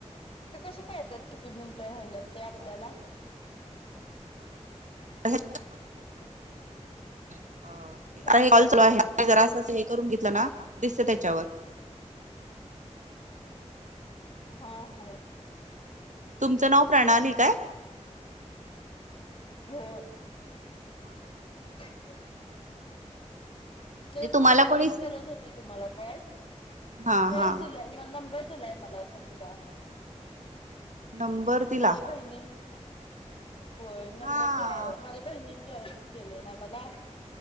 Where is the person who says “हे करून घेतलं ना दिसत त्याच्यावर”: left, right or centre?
Right